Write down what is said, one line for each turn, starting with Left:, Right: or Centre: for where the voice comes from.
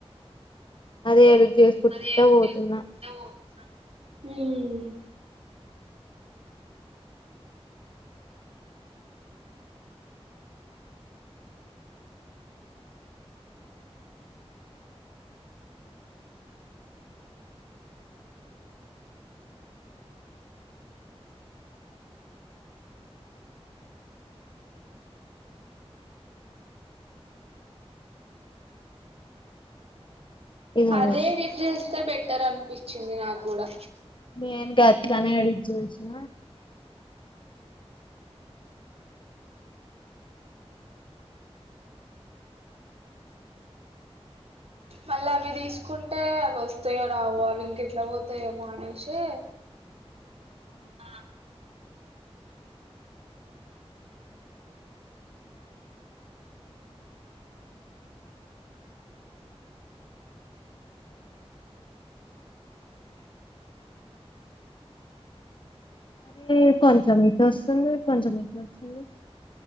Left: అదే ఎడిట్ చేసుకుంటా
Right: అదే అది
Left: పోతున్నా
Right: చేసుకుంటపో హ్మ్
Left: ఇదేమో
Right: అదే నిద్రిస్త పెట్ ఇంటర్ అనిపించింది నా క్కూడా
Left: నేను గట్లనే అడిగి చూసిన
Right: మళ్ళ అవి తీసుకుంటే అవి వస్తాయో రావో అవి ఇంక ఎట్లా పోతాయేమో అనేసి ఆ
Left: అరే కొంచెం ఇటు వస్తుంది కొంచెం ఇటు వస్తుంది